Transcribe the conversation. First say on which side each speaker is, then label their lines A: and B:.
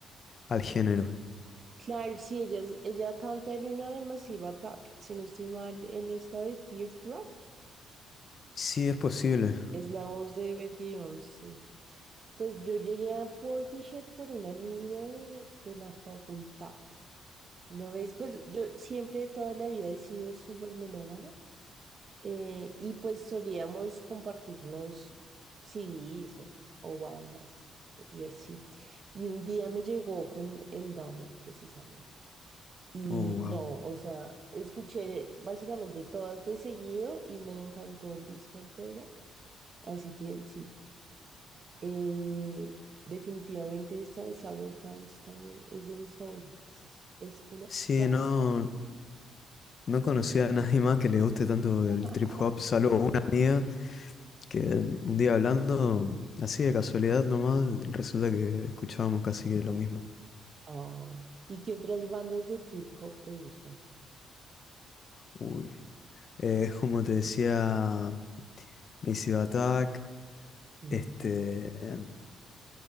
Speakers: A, on the left; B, on the right.
A: al género.
B: Claro, sí, ella, es- ella canta en una de Massive Attack. Si no estoy mal, en esta de Teardrop.
A: Sí, es posible.
B: Es la voz de Beth Gibbons, sí. Pues yo llegué a Portishead por un amigo de, de la facultad. Una vez, pues yo siempre toda la vida he sido súper melómana eh, y pues solíamos compartirnos CDs o, o bandas y así. Y un día me llegó con el Dummy precisamente. Y
A: Oh,
B: no,
A: wow.
B: o sea, escuché básicamente todas de seguido y me encantó el disco entero. Así que sí, eh, definitivamente esta de Sour Times también es de mis favoritas. Es, es una
A: Sí,
B: gran
A: no,
B: canción.
A: no conocía a nadie más que le guste tanto el
B: <laughs>
A: trip hop, salvo una amiga que un día hablando, así de casualidad nomás, resulta que escuchábamos casi que lo mismo.
B: Oh, ¿y qué otras bandas de trip hop te gustan?
A: Uy. Eh, <laughs> como te decía, Massive Attack,
B: Mm.
A: este, eh,